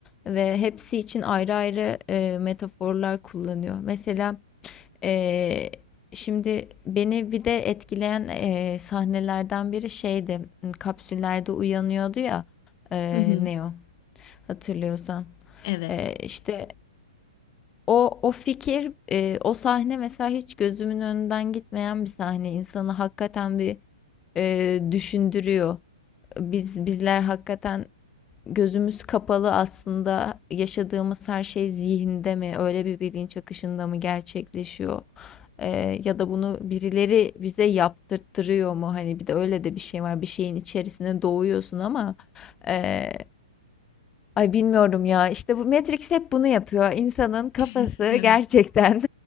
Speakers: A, on the left; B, on the left.
A: ve hepsi için ayrı ayrı e, metaforlar kullanıyor. Mesela e, şimdi beni bir de etkileyen e, sahnelerden biri şeydi. Kapsüllerde uyanıyordu ya e,
B: Hı hı.
A: Neo hatırlıyorsan.
B: Evet.
A: E, işte o o fikir e, o sahne mesela hiç gözümün önünden gitmeyen bir sahne. İnsanı hakikaten bir e, düşündürüyor. Biz bizler hakikaten gözümüz kapalı aslında yaşadığımız her şey zihinde mi, öyle bir bilinç akışında mı gerçekleşiyor? Ee, ya da bunu birileri bize yaptırtırıyor mu? Hani bir de öyle de bir şey var. Bir şeyin içerisine doğuyorsun ama ee, ay bilmiyorum ya. İşte bu Matrix hep bunu yapıyor. İnsanın kafası
B: <laughs> Evet.
A: gerçekten